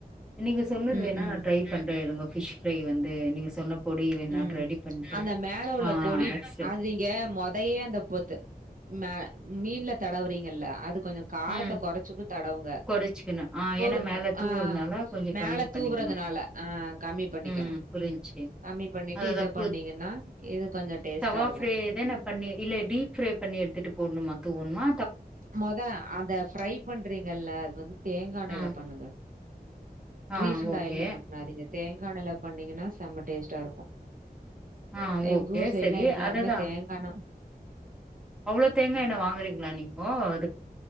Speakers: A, in the centre; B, on the right (about 55°).
A: நீங்க சொன்னது
B: ம்,
A: வேனா
B: ம்,
A: நா ட்ரை பண்றே உங்க ஃபிஷ் ஃப்ரை வந்து நீங்க சொன்ன பொடி வேனாட்
B: ம்.
A: ரெடி பண்ட்டு
B: அந்த மேல உள்ள
A: ஆ
B: பொடி
A: ரெக்ஸு
B: அது நீங்க மொதயே அந்த பொத்து மே மீன்ல தடவுறீங்கல்ல அது கொஞ்ச காரத்த
A: ம்
B: கொறச்சுக் தடவுங்க
A: கொறச்சிக்கணு ஆ
B: பொரு
A: ஏன்னா மேல
B: அப்
A: தூவுறனால
B: ஆ
A: கொஞ்சோ
B: மேல
A: கம்மி
B: தூவுறதுனால
A: பண்ணிக்கணு
B: அ கம்மி பண்ணிக்கணும்.
A: ம் புரிஞ்ச்சி
B: கம்மி பண்ணிட்டு
A: அததா
B: இத
A: பு
B: பண்ணீங்கன்னா, இது கொஞ்சம் டேஸ்ட்டா
A: தவா
B: இருக்கும்.
A: ஃப்ரை தா நா பண்ணி இல்ல டீப் ஃப்ரை பண்ணி எடுத்துட்டு போட்னுமா தூவனுமா
B: மொத அத ஃப்ரை பண்றீங்கல்ல அது வந்து தேங்காண்ணேல
A: ம்
B: பண்ணணுங்க
A: ஆ
B: ரீப்ண்ட்
A: ஓகே
B: ஆயில பண்ணாதீங்க தேங்காண்ணேல பண்ணீங்கனா செம்ம டேஸ்ட்டாருக்கு
A: ஆ
B: எங்க
A: ஓகே
B: ஊர் சைட்லா
A: செரி
B: எல்லாருமே
A: அததா
B: தேங்காணெ
A: அவ்ளோ தேங்கா எண்ணெ வாங்குறீங்ளா நீங்கோ அது